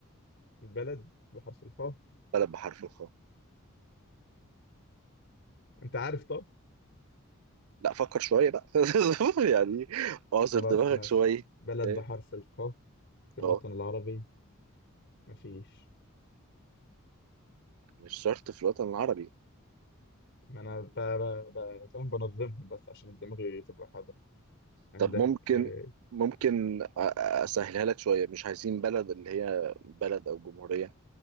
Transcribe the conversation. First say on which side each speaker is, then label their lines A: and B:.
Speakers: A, on the left; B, on the right.
A: البلد بحرف الخاء
B: بلد بحرف الخاء
A: أنت عارف طب
B: لا فكر شوية بقى <laughs> يعني اعصر
A: خلاص
B: دماغك
A: ماشي
B: شوية
A: بلد
B: ايه
A: بحرف الخاء في
B: اه
A: الوطن العربي مفيش
B: مش شرط في الوطن العربي
A: ما انا ب... ب... ب... فاهم بنظمهم بس عشان دماغي تبقى حاضرة عندك
B: طب ممكن
A: آه،
B: ممكن أ- أ- اسهلها لك شوية مش عايزين بلد اللي هي بلد او جمهورية